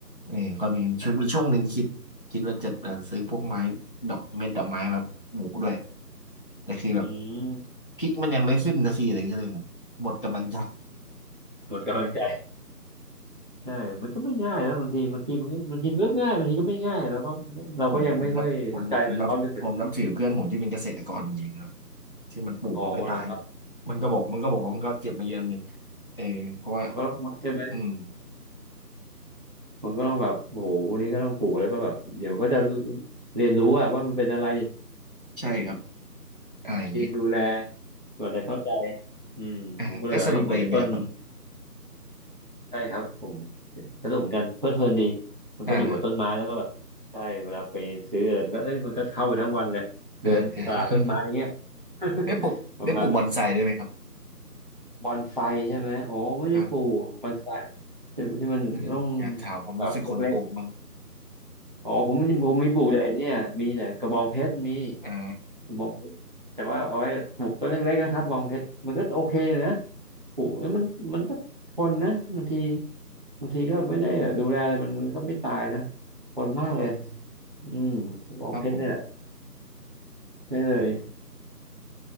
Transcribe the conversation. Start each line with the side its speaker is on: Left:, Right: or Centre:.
Left: เออก็มีช่วงมีช่วงหนึ่งคิดคิดว่าจะเอ่อซื้อพวกไม้ดอกเม็ดดอกไม้แบบปลูกด้วย
Right: ใช่มันท
Left: แต่คือแบบ
Right: ำอืม
Left: พริกมันยังไม่ขึ้นสักทีเลยก็เลยแบบหมดกำลังใจ
Right: หมดกำลังใจใช่มันก็ไม่ง่ายนะบางทีบางทีมันก็บางทีมันก็ง่ายบางทีก็ไม่ง่ายแล้วก็เราก็ยังไม่ค่อยเข้าใจมันร้อยเปอร์เซ็นต์
Left: ผมผมนับผมผมนับผมนับถือเพื่อนผมที่เป็นเกษตรกรจริงๆครับที่มันปลูกมันไม่ตาย
Right: โอ้เหรอครับ
Left: มันก็บอกมันก็บอกว่ามันก็เจ็บมาเยอะเงิน
Right: โอ้
Left: เออเพราะว่า
Right: มันก็ต้องใช่ไหม
Left: อืม
Right: มันก็ต้องแบบโอ้โหพวกนี้ก็ต้องปลูกแล้วก็แบบเดี๋ยวก็จะเรียนรู้อะว่ามันเป็นอะไร
Left: ใช่ครับอะไรอย่างงี้
Right: ดูแลกว่าจะเข้าใจอืมผมก็เลยแบบเอ้ยเหมือนไอ้ต้น
Left: อ่าก็สนุกไปอีกแบบครับ
Right: ใช่ครับผมสนุกเหมือนกันเพลิดเพลินดีมันก็อยู่กับต้นไม้แล้วก็แบบใช่เวลาไปซื้ออะไรมันก็เอ้ยมันก็เข้าไปทั้งวันเลยเดินตลาดต้นไม้อย่างเงี้ย
Left: อ่าฮะอ่า <laughs>
Right: <laughs>
Left: ได้ปลูกได้ปลูกบอนไซได้วยไหมครับ
Right: ประมาณนั้นบอนไซใช่ไหมโอ้ไม่ได้ปลูกบอนไซ
Left: อ่า
Right: ใช่ไหมที่มันต้อง
Left: เอออยากถามความรู้สึกคนปลูกบ้าง
Right: แบบเล็กๆอ๋อผมไม่ผมมีปลูกแต่ไอ้เนี่ยมีแต่กระบองเพชรมี
Left: <laughs> อ่า
Right: บองเพชรแต่ว่าเอาไว้ปลูกต้นเล็กๆนะครับบองเพชรมันก็โอเคอยู่นะปลูกแล้วมันมันก็ทนนะบางทีบางทีก็ไม่ได้ดูแลอะไรมันก็ไม่ตายนะทนมากเลยอืมบองเพชรนี่แหละ
Left: ครับผม
Right: ใช่เลย